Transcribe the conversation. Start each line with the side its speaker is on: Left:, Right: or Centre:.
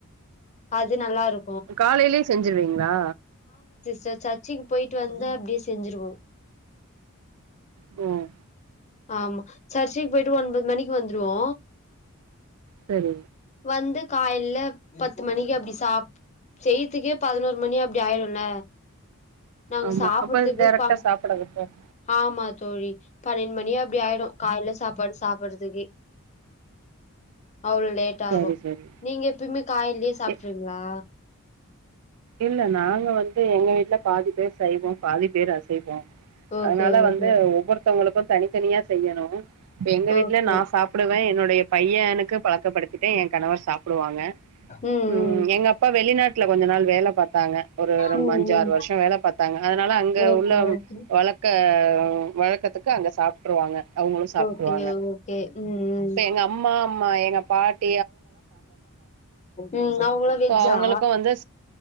Left: அது நல்லா இருக்
Right: காலைலே செஞ்சுருவீங்களா
Left: ச-சர்ச்சிக்கு போயிட்டு வந்தா அப்படியே செஞ்சுருவோ
Right: ம்
Left: ஆமா சர்ச்சிக்கு போயிட்டு ஒன்பது மணிக்கு வந்துருவோ
Right: சரி
Left: வந்து காயல பத்து மணிக்கு அப்படி சா செய்யதுக்கே பதினோரு மணி அப்படி ஆயிடுல நாங்க
Right: ஆமா
Left: சாப்புடதுக்குப்பா
Right: அப்ப டைரக்டா சாப்பிட விட்றது
Left: ஆமா தோழி பன்னெண்டு மணிே அப்டி ஆயிடோ காயில சாப்பாடு சாப்படுறதுக்கு அவ்ளோ லேட் ஆகு
Right: சரி சரி
Left: நீங்க எப்பயுமே காயலயே சாப்பிட்றீவீங்களா
Right: இ இல்ல நாங்க வந்து எங்க வீட்டுல பாதி பேரு சைவோ பாதி பேரு அசைவோ
Left: ஓகே
Right: அதனால
Left: ஓகே
Right: வந்து ஒவ்வொருத்தவங்களுக் தனித்தனியா செய்யணு எங்க வீட்டுல
Left: ஓகே
Right: நா சாப்பிடுவே என்னுடைய பையனுக்கு பழக்கப்படுத்திட்டே என் கணவர் சாப் புடுவாங்க
Left: ம்
Right: உம்
Left: ம்
Right: எங்க அப்பா வெளிநாட்டுல கொஞ்ச நாளு வேல பாத்தாங்க ஒரு ஒரும்
Left: ம்
Right: அஞ்சாறு
Left: ம்
Right: வருஷோ வேல பாத்தாங்க அனால அங்க
Left: ஓகே
Right: உள்ள
Left: ஓகே
Right: வழக்க வழக்கத்துக்கு அங்க சாப்புட்டுருவாங்க அவங்களு சாப்புட்டுருவாங்க
Left: ஓகே ஓகே ம்
Right: இப்ப எங்க அம்மா அம் மா எங்க பாட்
Left: ம் அவங்களா வெஜ்ஜா
Right: சோ அவங்களுக்கு வந்து